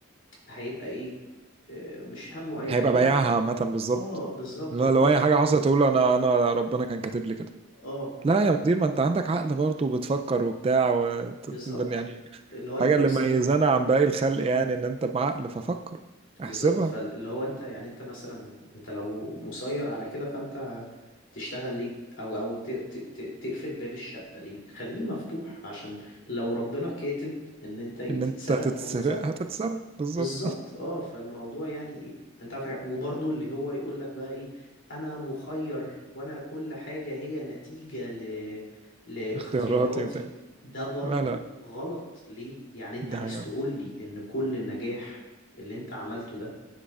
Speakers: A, on the left; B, on the right.
A: هيبقى ايه آه، مش همه اي
B: هيبقى
A: حاجه يا
B: بايعها
A: عم
B: عامة بالظبط
A: اه بالظبط
B: لو
A: اللي
B: لو
A: هو
B: أي حاجة حصلت تقول أنا أنا ربنا كان كاتب لي كده
A: اه
B: لا
A: طب
B: يا مدير ما أنت عندك عقل برضه وبتفكر وبتاع و...
A: بالظبط
B: يعني
A: اللي هو انت
B: حاجة
A: لو
B: اللي
A: سبت
B: ميزانا عن باقي الخلق يعني إن أنت بعقل ففكر
A: بالظبط
B: احسبها
A: فاللي هو انت يعني انت مثلا انت لو مسير على كده فانت تشتغل ليه او او ت- ت- ت- تقفل باب الشقه ليه خليه مفتوح عشان لو ربنا كاتب ان انت تتسرق
B: إن أنت هتتسرق
A: هتتسرق
B: هتتسرق بالظبط
A: بالظبط اه فالموضوع يعني ايه انت عندك وبرضه اللي هو يقول لك بقى ايه انا مخير وانا كل حاجة هي نتيجة ل... لاختياراتي
B: اختياراتي وبتاع
A: ده برضه
B: لا لا
A: غلط ليه يعني انت
B: دي
A: عايز
B: حقيقة
A: تقول لي ان كل النجاح اللي انت عملته ده